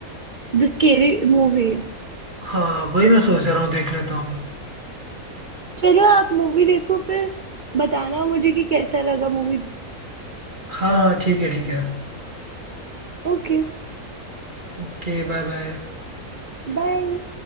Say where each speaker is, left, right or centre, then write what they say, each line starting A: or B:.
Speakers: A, on the right; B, on the right.
A: The scary movie
B: हाँ वही मैं सोच रहा हूँ देख लेता हूँ
A: चलो आप मूवी देखो फिर बताना मुझे कि कैसा लगा मूवी
B: हाँ हाँ ठीक है ठीक है
A: Okay
B: Okay bye bye
A: bye